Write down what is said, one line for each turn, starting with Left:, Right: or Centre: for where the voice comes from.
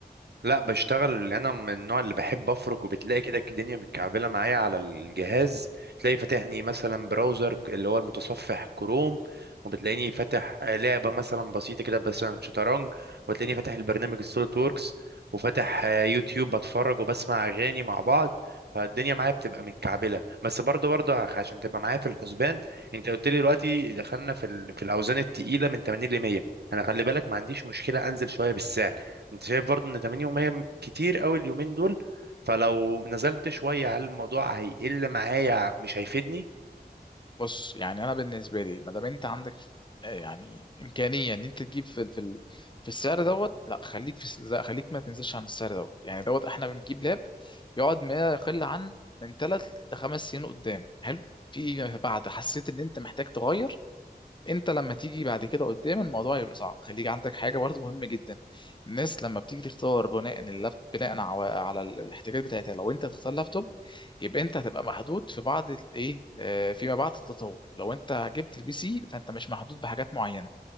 Right: لا بشتغل انا من النوع اللي بحب افرك وبتلاقي كده الدنيا متكعبله معايا على الجهاز تلاقي فاتحني مثلا براوزر اللي هو المتصفح كروم وبتلاقيني فاتح لعبه مثلا بسيطه كده مثلا شطرنج وتلاقيني فاتح البرنامج السوليد ووركس وفاتح آه، يوتيوب بتفرج وبسمع اغاني مع بعض فالدنيا معايا بتبقى متكعبله بس برضه برضه عخ- عشان تبقى معايا في الحسبان انت قلت لي دلوقتي دخلنا في ال- في الاوزان التقيله من 80 ل 100 انا خلي بالك ما عنديش مشكله انزل شويه بالسعر انت شايف برضو ان 80 يومية كتير قوي اليومين دول فلو نزلت شوية هل الموضوع هيقل معايا مش هيفيدني
Left: بص يعني انا بالنسبه لي ما دام انت عندك آه، يعني امكانيه ان انت تجيب في في ال- في السعر دوت لا خليك في الس- لا خليك ما تنزلش عن السعر دوت يعني دوت احنا بنجيب لاب يقعد ما يقل عن من ثلاث لخمس سنين قدام حلو في بعد حسيت ان انت محتاج تغير انت لما تيجي بعد كده قدام الموضوع يبقى صعب خليك عندك حاجه برضه مهمه جدا الناس لما بتيجي تختار بناء اللاب بناء عو- على الاحتياجات بتاعتها لو انت هتختار لابتوب يبقى انت هتبقى محدود في بعض الايه آه، فيما بعد التطور لو انت جبت البي سي فانت مش محدود بحاجات معينه